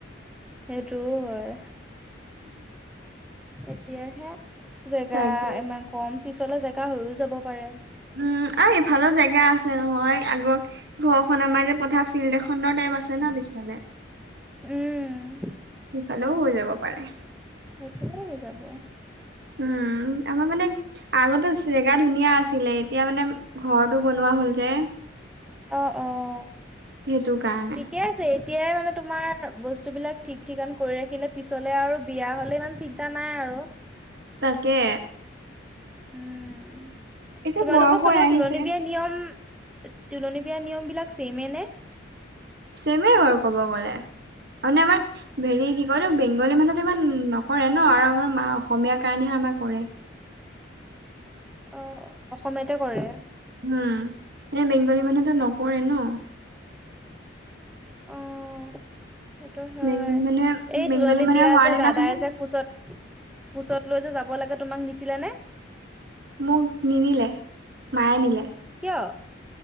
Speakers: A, in the centre; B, on the right.
A: সেইটোও হয় এতিয়াহে জেগা
B: তাকে
A: ইমান কম, পিছলে জেগা হৈও যাব পাৰে।
B: উম এ ইফালো জেগা আছে নহয় আগৰ ঘৰখন আমাৰ যে পথাৰ ফিল্ড এখনৰ টাইপ আছে না পিছফালে
A: উম
B: সিফালেও হৈ যাব পাৰে।
A: সেইফালে হৈ যাব।
B: উম আমাৰ মানে আগতে জেগা ধুনীয়া আছিলে, এতিয়া মানে ঘৰটো বনোৱা হ'ল যে।
A: অ' অ'।
B: সেইটো কাৰণে।
A: ঠিকে আছে এতিয়াই মানে তোমাৰ বস্তুবিলাক ঠিক ঠিকান কৰি ৰাখিলে পিছলে আৰু বিয়া হলে ইমান চি ন্তা নাই আৰু।
B: তাকে।
A: উম,
B: এতিয়া
A: তোমালোকৰ
B: বয়স হৈ
A: ফালে
B: আহিছে
A: তুলনী বিয়া নিয়ম তুলনী বিয়া নিয়ম বিলাক ছেমে নে?
B: ছেমে বাৰু ক'ব গ'লে আৰু মানে আমাৰ হেৰি কি কয় এইটো বেংগলী মানুহতো ইমান নকৰে ন, আৰু আমাৰ মাঁ অসমীয়া কাৰণেহে
A: উম,
B: আমাৰ কৰে।
A: অ' অ' অসমীয়াতে কৰে?
B: উম এ বেংগলী মানুহটো নকৰে ন।
A: অ' সেইটো হয়।
B: বেংগলী মানুহে
A: এই
B: বেংগলী
A: তুলনী
B: মানুহে
A: বিয়া
B: হোৱাৰ
A: যে
B: দিনাখনে
A: দাদাই যে কোচত কোচত লৈ যে যাব লাগে তোমাক নিছিলে নে?
B: মোক নিনিলে, মায়ে নিলে।
A: কিয়?